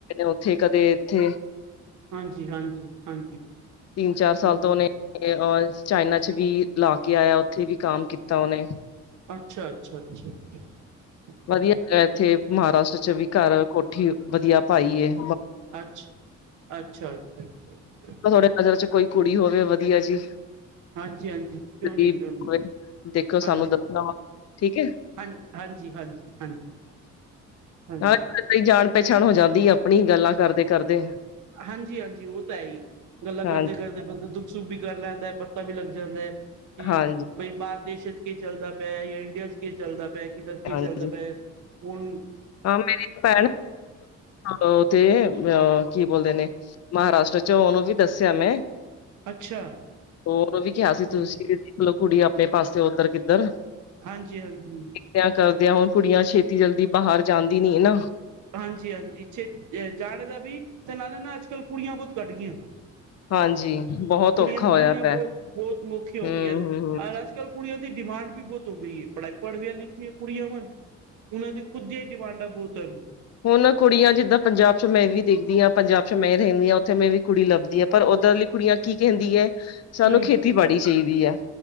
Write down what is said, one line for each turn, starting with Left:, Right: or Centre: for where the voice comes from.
Left: ਉੱਥੇ ਕਦੇ ਇੱਥੇ।
Right: ਹਾਂਜੀ ਹਾਂਜੀ ਹਾਂਜੀ।
Left: ਤਿੰਨ ਚਾਰ
Right: ਹੂੰ,
Left: ਸਾਲ ਤੋਂ ਉਹਨੇ ਅ ਚਾਈਨਾ ਚ ਵੀ ਲਾ ਕੇ ਆਇਆ ਉੱਥੇ ਵੀ ਕੰਮ ਕੀਤਾ ਉਹਨੇ।
Right: ਅੱਛਾ ਅੱਛਾ ਅੱਛਾ ਅੱਛਾ। ਅੱਛਾ,
Left: ਵਧੀਆ
Right: ਅੱਛਾ।
Left: ਇੱਥੇ ਮਹਾਰਾਸ਼ਟਰ ਚ ਵੀ ਘਰ ਕੋਠੀ ਵਧੀਆ ਪਾਈ ਹੈ।
Right: ਅੱਛਾ ਅੱਛਾ ਅੱਛਾ ਅੱਛਾ ਅੱਛਾ।
Left: ਤੁਹਾਡੇ ਨਜ਼ਰ ਚ ਕੋਈ ਕੁੜੀ ਹੋਵੇ ਵਧੀਆ ਜੀ।
Right: ਹਾਂਜੀ ਹਾਂਜੀ ਕਿਉਂ
Left: ਗਰੀਬ
Right: ਨਹੀਂ ਕਿਉਂ ਨਹੀਂ
Left: ਹੋਵੇ ਦੇਖੋ
Right: ਹਾਂਜੀ।
Left: ਸਾਨੂੰ ਦੱਸਣਾ ਵਾ ਠੀਕ ਹੈ
Right: ਹਾਂ ਹਾਂਜੀ ਹਾਂਜੀ ਹਾਂਜੀ ਹਾਂਜੀ।
Left: ਨਾਲੇ ਜਾਣ ਪਹਿਚਾਣ ਹੋ ਜਾਂਦੀ ਆਪਣੀ ਗੱਲਾਂ ਕਰਦੇ ਕਰਦੇ।
Right: ਹਾਂਜੀ ਹਾਂਜੀ ਉਹ ਤਾਂ ਹੈ ਹੀ ਗੱਲਾਂ
Left: ਹਾਂਜੀ
Right: ਕਰਦੇ ਕਰਦੇ ਬੰਦਾ ਦੁੱਖ ਸੁੱਖ ਵੀ ਕਰ ਲੈਂਦਾ ਪਰ ਪਤਾ ਵੀ ਲੱਗ ਜਾਂਦਾ ਹੈ ਕਿ
Left: ਹਾਂਜੀ
Right: ਬਈ ਬਾਹਰ ਦੇਸ਼ਾਂ ਚ ਕੀ ਚੱਲਦਾ ਪਿਆ ਜਾਂ ਇੰਡੀਆ ਚ ਕੇ ਚੱਲਦਾ ਪਿਆ। ਕਰਕੇ
Left: ਹਾਂਜੀ
Right: ਚੱਲਦਾ ਪਿਆ ਹਣ
Left: ਹਾਂ ਮੇਰੀ ਭੈਣ ਉਥੇ ਅ ਕੀ ਬੋਲਦੇ ਨੇ ਮਹਾਰਾਸ਼ਟਰ ਚ ਉਹਨੂੰ ਵੀ ਦੱਸਿਆ ਮੈਂ।
Right: ਅੱਛਾ
Left: ਹੋਰ ਵੀ ਕਿਹਾ ਸੀ
Right: ਹਮ
Left: ਤੁਸੀਂ ਕੁੜੀ ਆਪਣੇ ਪਾਸੇ ਉੱਧਰ ਕਿੱਧਰ।
Right: ਹਾਂਜੀ ਹਾਂਜੀ।
Left: ਵਿਆਹ ਕਰਦਿਆਂ ਹੁਣ ਕੁੜੀਆਂ ਛੇਤੀ ਜਲਦੀ ਬਾਹਰ ਜਾਂਦੀ ਨੀ ਨਾ।
Right: ਹਾਂਜੀ ਹਾਂਜੀ ਛੇ ਜਾਣੇ ਦਾ ਵੀ ਤੇ ਨਾਲੇ ਨਾ ਅੱਜ ਕੱਲ ਕੁੜੀਆਂ ਬਹੁਤ ਘੱਟ ਗਈਆਂ।
Left: ਹਾਂਜੀ ਬਹੁਤ
Right: ਕੁੜੀਆਂ
Left: ਔਖਾ
Right: ਮਿਲਣੀਆਂ
Left: ਹੋਇਆ ਪਿਆ।
Right: ਬਹੁਤ ਬਹੁਤ ਔਖੀ ਹੋ
Left: ਹੂੰ-ਹੂੰ-ਹੂੰ
Right: ਗਈਆਂ ਅੱਜ ਕੱਲ ਕੁੜੀਆਂ ਦੀ ਡਿਮਾਂਡ ਵੀ ਬਹੁਤ ਹੋ ਗਈ ਹੈ ਪੜ੍ਹਾਈ ਪੜ੍ਹਵੀਆਂ ਲਿਖਵੀਆਂ ਕੁੜੀਆਂ ਵਾ ਉਹਨਾਂ ਦੀ ਖੁਦ ਆਂ ਡਿਮਾਂਡਾਂ ਬਹੁਤ ਹਨ।
Left: ਹੁਣ ਕੁੜੀਆਂ ਜਿੱਦਾਂ ਪੰਜਾਬ ਚ ਮੈਂ ਵੀ ਦੇਖਦੀ ਹਾਂ ਪੰਜਾਬ ਚ ਮੈਂ ਹੀ ਰਹਿੰਦੀ ਹਾਂ ਉੱਥੇ ਮੈਂ ਵੀ ਕੁੜੀ ਲੱਭਦੀ ਹਾਂ ਪਰ ਉੱਧਰ ਲਈ ਕੁੜੀਆਂ ਕੀ ਕਹਿੰਦੀ ਹੈ ਸਾਨੂੰ
Right: ਹਮ
Left: ਖੇਤੀਬਾੜੀ ਚਾਹੀਦੀ ਹੈ